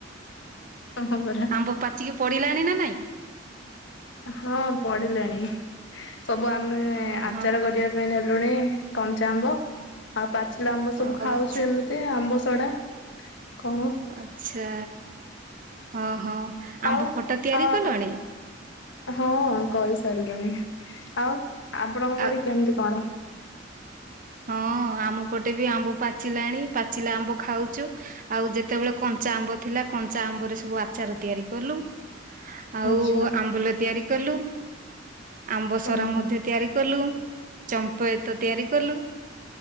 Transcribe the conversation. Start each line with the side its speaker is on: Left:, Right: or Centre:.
Left: ହଁ ପରା।
Right: ଆମ ପାଚିକି ପଡିଲାଣି ନା ନାଇଁ?
Left: ହଁ ପଡିଲାଣି ସବୁ ଆମେ
Right: ଓହୋ
Left: ଆଚାର କରିବାକୁ ନେଲୁଣି କଞ୍ଚା ଆମ୍ବ ଆଉ ପାଚିଲା ଆମ୍ବ ସବୁ
Right: ଆଚ୍ଛା
Left: ଖାଉଛୁ ଏମିତି। ଏତେ ଆମ୍ବସଡ଼ା କଣ
Right: ଆଛା ଓହୋ
Left: ଆଉ
Right: ଆମ୍ବ ଖଟା ତିଆରି
Left: ଆଉ ଆପଣ
Right: କଲଣି?
Left: ହଁ କରି ସାରିଲୁଣି। ଆଉ ଆପଣଙ୍କ
Right: ଆଉ
Left: ପଟେ କେମିତି କଣ?
Right: ହଁ ଆମ ପଟେ ବି ଆମ୍ବ ପାଚିଲାଣି, ପାଚିଲା ଆମ୍ବ ଖାଉଛୁ। ଆଉ ଯେତେବେଳେ କଞ୍ଚା ଆମ୍ବ ଥିଲା କଞ୍ଚା ଆମ୍ବରେ ସବୁ ଆଚାର ତିଆରି କଲୁ। ଆଉ
Left: ଆଚ୍ଛା
Right: ଆମ୍ବୁଲ ତିଆରି କଲୁ। ଆମ୍ବ
Left: ହୁଁ
Right: ସରା ମଧ୍ୟ ତିଆରି କଲୁ ଚମ୍ପଏତ ତିଆରି କଲୁ।